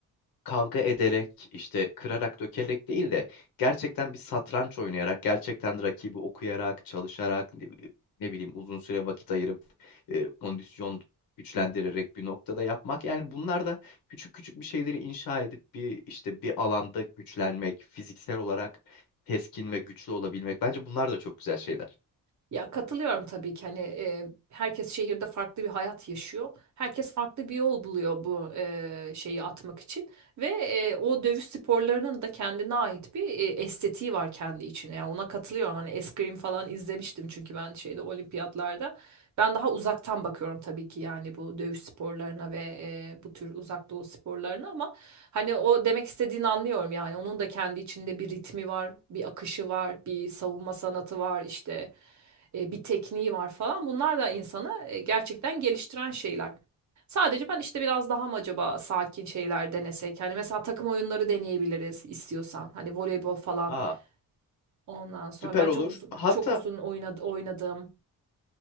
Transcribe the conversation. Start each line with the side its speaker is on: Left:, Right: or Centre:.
Left: kavga ederek işte kırarak dökerek değil de gerçekten bir satranç oynayarak gerçekten rakibi okuyarak çalışarak ne, bi- ne bileyim uzun süre vakit ayırıp e, kondisyon güçlendirerek bir noktada yapmak yani bunlar da küçük küçük bir şeyleri inşa edip bir işte bir alanda güçlenmek fiziksel olarak keskin ve güçlü olabilmek bence bunlar da çok güzel şeyler.
Right: Ya katılıyorum tabii ki hani e, herkes şehirde farklı bir hayat yaşıyor. Herkes farklı bir yol buluyor bu e, şeyi atmak için ve e, o dövüş sporlarının da kendine ait bir e, estetiği var kendi içine. Yani ona katılıyorum. Hani eskrim falan izlemiştim çünkü ben şeyde olimpiyatlarda. Ben daha uzaktan bakıyorum tabii ki yani bu dövüş sporlarına ve e, bu tür uzak doğu sporlarına ama hani o demek istediğini anlıyorum yani onun da kendi içinde bir ritmi var, bir akışı var, bir savunma sanatı var işte e, bir tekniği var falan. Bunlar da insanı e, gerçekten geliştiren şeyler. Sadece ben işte biraz daha mı acaba sakin şeyler denesek? Hani mesela takım oyunları deneyebiliriz istiyorsan. Hani voleybol falan.
Left: Aa,
Right: Ondan sonra
Left: süper
Right: ben
Left: olur.
Right: çok uzun
Left: Hatta
Right: çok uzun oynadı, oynadım.